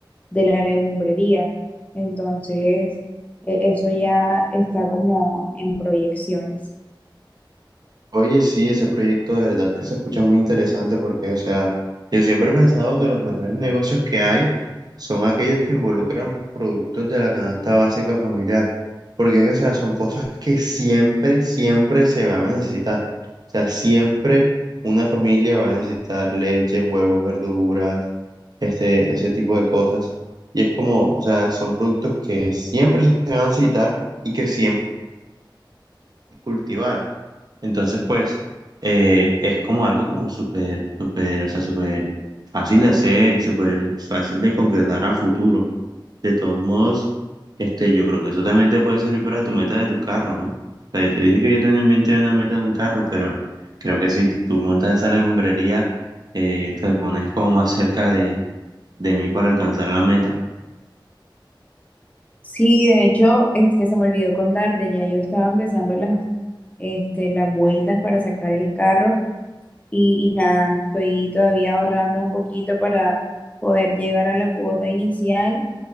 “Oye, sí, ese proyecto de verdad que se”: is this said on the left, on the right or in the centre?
Right